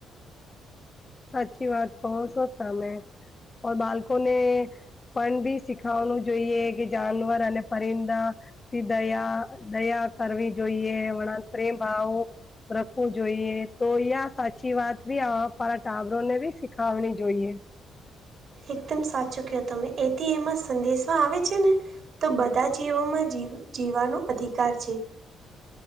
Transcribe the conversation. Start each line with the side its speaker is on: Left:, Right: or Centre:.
Left: સાચી વાત કહો સોચતા મે બળકોને પણ બી શીખવાનું જોઈએ કે જાનવર અને પરિંદા થી દયા દયા કરવી જોઈએ વણા પ્રેમ ભાવ રખવું જોઈએ તો સાચી વાતી પ ચાવરો ને બી શીખાવણી જોઈએ.
Right: એકદમ સાચું કહો તમે એથી એમાં સંદેશમાં આવે છે ને તો બધા જીવોમાં જી જીવવાનો અધિકાર છે.